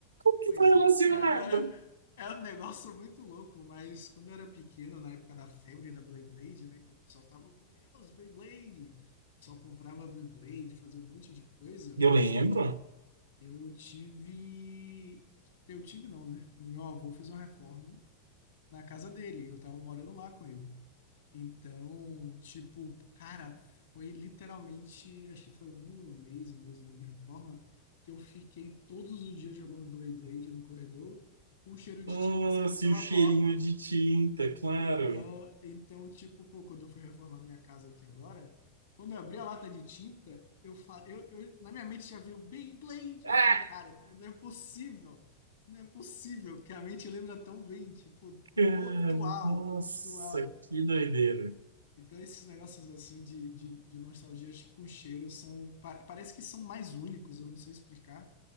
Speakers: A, on the right (about 75°); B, on the left (about 65°).
A: que
B: Pois
A: foi relacionado.
B: é, é, é, é um negócio muito louco, mas quando eu era pequeno, na época da febre da Beyblade, né, que o pessoal tava, meu Deus, Beyblade! O pessoal comprava Beyblade, fazia um monte de coisa.
A: Eu lembro.
B: Eu tive. Eu tive, não, né? Meu avô fez uma reforma na casa dele e eu tava morando lá com ele. Então, tipo, cara, foi literalmente, acho que foi um mês, um mês e meio de reforma, que eu fiquei todos os dias jogando Blade Blade no corredor, com um cheiro
A: Ah,
B: de tinta saindo
A: se
B: pela
A: o cheirinho
B: porta.
A: de tinta, claro.
B: Então, então, tipo, pô, quando eu fui reformar minha casa aqui agora, quando eu abri a lata de tinta, eu, fa- eu, eu na minha mente já veio Beyblade.
A: Ah!
B: Eu falei, cara, não é possível, não é possível que a mente lembra tão bem, tipo,
A: <laughs> Cara,
B: pontual,
A: nossa,
B: pontual.
A: que doideira.
B: Então, esses negócios assim de, de, de nostalgias com cheiro são. pa- parece que são mais únicos, eu não sei explicar.